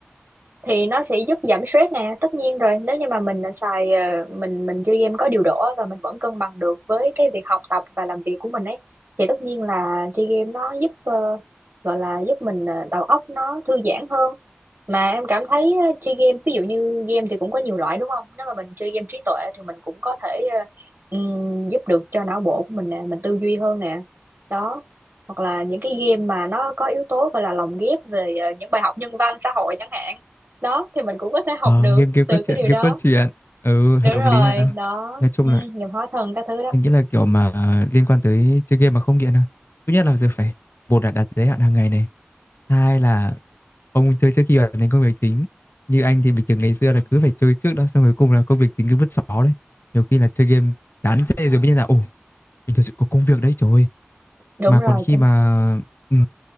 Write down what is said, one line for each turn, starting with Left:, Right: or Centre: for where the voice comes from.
Right: thì nó sẽ giúp giảm stress nè tất nhiên rồi nếu như mà mình đã xài ờ, mình mình chơi game có điều độ á, và mình vẫn cân bằng được với cái việc học tập và làm việc của mình ấy thì tất nhiên là chơi game nó giúp ờ, gọi là giúp mình ờ, đầu óc nó thư giãn hơn mà em cảm thấy ờ, chơi game ví dụ như game thì cũng có nhiều loại đúng không nếu mà mình chơi game trí tuệ thì mình cũng có thể ờ, ừm, giúp được cho não bộ của mình nè mình tư duy hơn nè đó hoặc là những cái game mà nó có yếu tố gọi là lồng ghép về ờ, những bài học nhân văn xã hội chẳng hạn đó thì mình cũng có thể học
Left: ờ,
Right: được
Left: game game
Right: từ
Left: có chuyện
Right: cái điều
Left: game
Right: đó
Left: cốt chuyện ừ hợp
Right: đúng rồi
Left: lý ha
Right: đó
Left: nói chung
Right: ừ,
Left: là
Right: nghiệp hóa thân các thứ đó
Left: Mình nghĩ là kiểu mà ờ, liên quan tới chơi game mà không nghiện thôi. Thứ nhất là giờ phải một là đặt giới hạn hàng ngày này. Hai là không chơi trước khi hoàn thành công việc chính. Như anh thì bình thường ngày xưa là cứ phải chơi trước đó xong rồi cùng là công việc chính cứ vứt xó đấy. Nhiều khi là chơi game chán chê rồi mới nhận ra ồ mình thật sự có công việc đấy trời ơi.
Right: đúng
Left: Mà
Right: rồi
Left: còn khi
Right: chính
Left: mà
Right: xác
Left: ừ.